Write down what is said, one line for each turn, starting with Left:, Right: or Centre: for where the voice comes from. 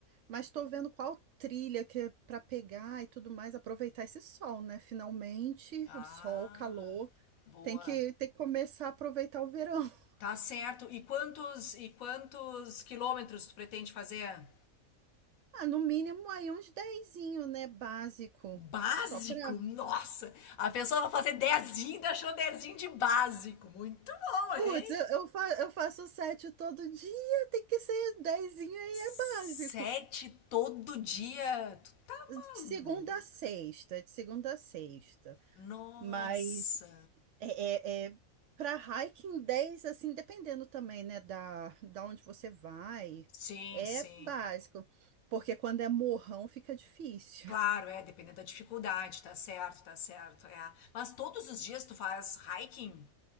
Right: Mas tô vendo qual trilha que é pra pegar e tudo mais, aproveitar esse sol, né? Finalmente,
Left: Ah,
Right: sol, calor.
Left: boa.
Right: Tem que, tem que começar a aproveitar o verão. <laughs>
Left: Tá certo. E quantos e quantos quilômetros tu pretende fazer?
Right: Ah, no mínimo aí uns dezinho, né? Básico.
Left: Básico?
Right: Só pra.
Left: Nossa! A pessoa vai fazer dezinho, ainda achou dezinho de básico. Muito bom,
Right: Putz,
Left: hein?
Right: eu, eu, fa eu faço sete todo dia, tem que ser dezinho aí, é
Left: Sete
Right: básico.
Left: todo dia. Tu tá
Right: De
Left: maluco?
Right: segunda a sexta, de segunda a sexta.
Left: Nossa.
Right: Mas é, é, é para hiking 10 assim, dependendo também, né, da, da onde você vai,
Left: Sim,
Right: é
Left: sim.
Right: básico. Porque quando é morrão fica difícil.
Left: Claro, é, dependendo da dificuldade, tá certo, tá certo, é. Mas todos os dias tu faz hiking?